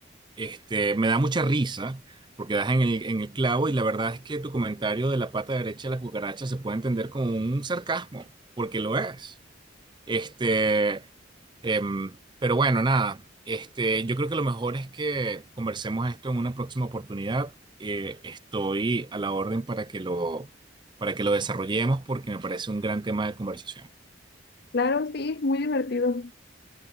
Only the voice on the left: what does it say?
claro, sí, es muy divertido.